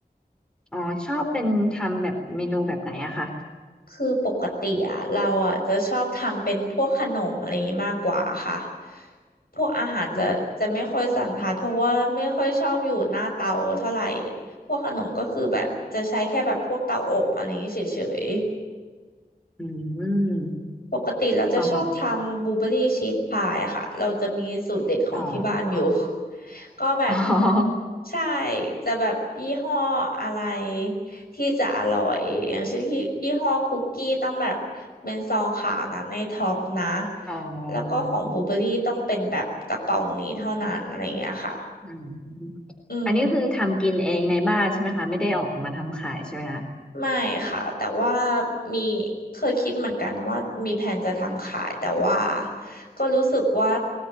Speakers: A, in the centre; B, on the left.
A: อ๋อชอบเป็นทำแบบเมนูแบบไหนอะค่ะ
B: คือปกติอะเราอะจะชอบทำเป็นพวกขนมอะไรอย่างงี้มากกว่าค่ะพวกอาหารจะจะไม่ค่อยสันทัดเพราะว่าไม่ค่อยชอบอยู่หน้าเตาเท่าไหร่
A: อืม
B: พวกขนมก็คือแบบจะใช้แค่แบบพวกเตาอบอะไรอย่างงี้เฉย
A: อืม
B: ปกติเราจะชอบทำบลูเบอรี่ชีสพายอะค่ะเราจะมีสูตรเด็ดของที่บ้านอยู่
A: สำหรับอ๋อ <laughs>
B: <laughs> ก็แบบ
A: อ๋อ
B: ใช่จะแบบยี่ห้ออะไรที่จะอร่อยอย่างเช่นที่ยี่ห้อคุกกี้ต้องแบบเป็นซองขาวนะในท็อปนะ
A: อ๋อ
B: แล้วก็ของบลูเบอรี่ต้องเป็นแบบกระป๋องนี้เท่านั้นอะไรอย่างเงี้ยค่ะ
A: อืม
B: อืม
A: อันนี้คือทำกินเองในบ้านใช่ไหมคะไม่ได้ออกมาทำขายใช่ไหมคะ
B: ไม่ค่ะแต่ว่ามีเคยคิดเหมือนกันว่ามีแผนจะทำขายแต่ว่าก็รู้สึกว่า